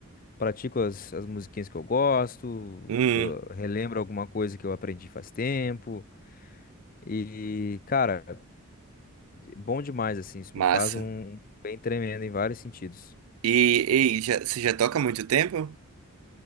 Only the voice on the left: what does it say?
pratico as, as musiquinhas que eu gosto,
tô- relembro alguma coisa que eu aprendi faz tempo. E, cara, bom demais, assim. Isso
me faz um bem tremendo em vários sentidos.